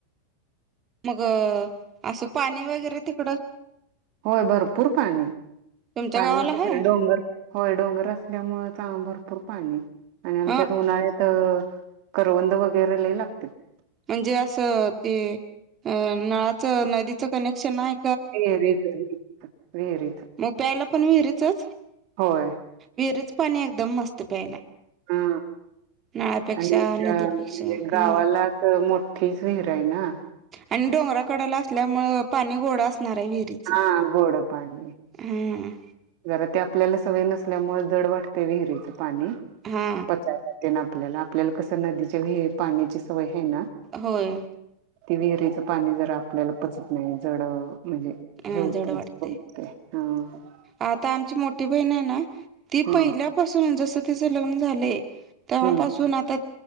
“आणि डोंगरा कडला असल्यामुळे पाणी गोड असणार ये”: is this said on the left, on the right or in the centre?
Right